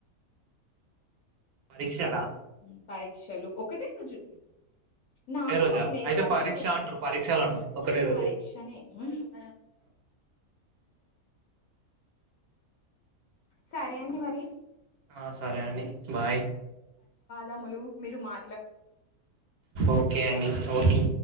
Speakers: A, on the right (about 55°); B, on the left (about 70°).
A: పరీక్షలా
B: మ్మ్ పరీక్షలు ఒక్కటే రోజు నాకు
A: ఒకే రోజా
B: మా స్నేహితురాలికి
A: అయితే పరీక్ష
B: ఒకటే
A: అంటారు పరీక్షలు అనరు ఒకటే రోజు
B: పరీక్షనే హ్మ్. సరే అండి మరి
A: ఆ సరే అండి బాయ్
B: దములు మీరు మా
A: ఓకే అండి ఓకే